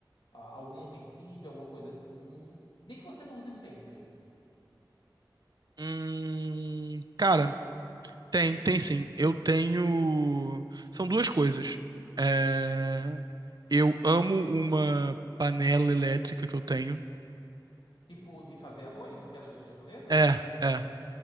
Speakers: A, on the left (about 80°); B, on the right (about 55°).
A: a- algum utensílio, alguma coisa assim. Nem que você não use sempre.
B: Hum, cara, tem, tem sim. Eu tenho. São duas coisas. É... Eu amo uma panela elétrica que eu tenho.
A: Tipo, de fazer arroz, aquelas japonesas?
B: É, é.